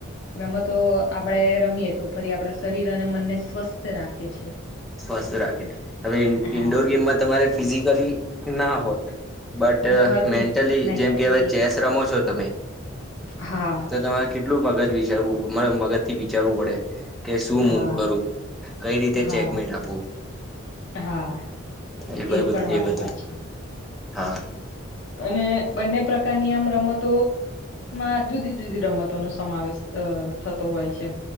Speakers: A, on the left; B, in the centre.
A: રમ તો આપડે રમીએ તો ફરી આપણા શરીર અને મનને સ્વસ્થ રાખે છે
B: સ્વસ્થ રાખે હવે
A: હા
B: ઇન્ડોર ગેમમાં તમારે ફિઝિકલી ના હોય બટ
A: પણ તમારું
B: મેન્ટલી
A: મેન્ટલી
B: જેમ કે ચેસ રમો છો તમે
A: હા
B: તો તમારે કેટલું મગજ વિચારવું મગજ થી વિચારવું પડે કે શું
A: હા
B: મવ કરું કઈ રીતે
A: હા
B: ચેક આપું
A: હા
B: એ
A: પણ વાત
B: એ બાજું
A: સાચી
B: હા
A: અને બંને પ્રકારની આમ રમતો માં જુદી જુદી રમતો નો સમાવેશ થતો હોય છે